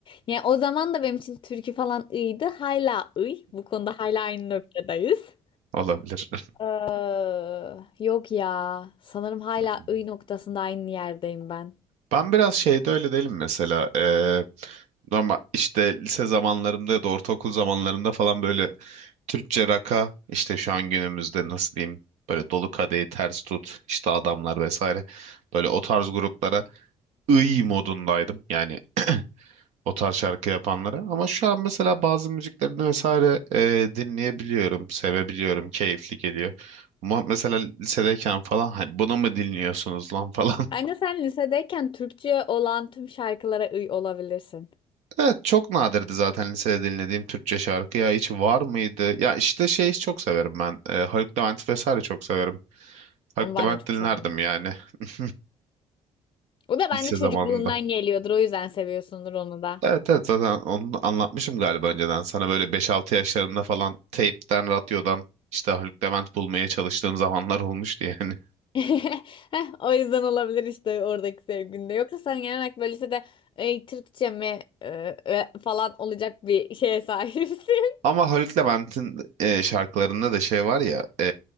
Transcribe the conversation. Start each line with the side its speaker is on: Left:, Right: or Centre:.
Left: Yani o zaman da benim için türkü falan iyiydi. Hala iyi. Bu konuda hala aynı noktadayız.
Right: olabilir.
Left: Ee, yok ya. Sanırım hala
Right: <laughs>
Left: iyi noktasında aynı yerdeyim ben.
Right: Ben biraz şeyde öyle değilim mesela. Ee, normal işte lise zamanlarımda ya da ortaokul zamanlarımda falan böyle Türkçe raka işte şu an günümüzde nasıl diyeyim böyle dolu kadehi ters tut işte adamlar vesaire böyle o tarz gruplara ıy modundaydım yani o tarz şarkı yapanlara ama şu an mesela bazı müziklerini vesaire e, dinleyebiliyorum sevebiliyorum keyifli geliyor ama mesela lisedeyken falan hani bunu mu dinliyorsunuz lan <laughs> falan
Left: Bence sen lisedeyken Türkçe olan tüm şarkılara uy olabilirsin.
Right: Evet çok nadirdi zaten lisede dinlediğim Türkçe şarkı ya hiç var mıydı? Ya işte şey çok severim ben. E, Haluk Levent vesaire çok severim. Haluk
Left: Onu ben
Right: Levent
Left: de çok
Right: dinlerdim
Left: severim.
Right: yani <laughs>
Left: O da
Right: lise
Left: bence çocukluğundan
Right: zamanında.
Left: geliyordur. O yüzden seviyorsundur onu da.
Right: Evet evet zaten onu anlatmışım galiba önceden. Sana böyle beş altı yaşlarımda falan teypten, radyodan işte Haluk Levent bulmaya çalıştığım zamanlar olmuştu yani. <laughs>
Left: <laughs> Heh, o yüzden olabilir işte oradaki sevginde. Yoksa sen genel olarak böyle lisede "Ey, Türkçe mi e, e," falan olacak bir şeye sahipsin.
Right: Ama Haluk Levent'in e, şarkılarında da şey var ya e,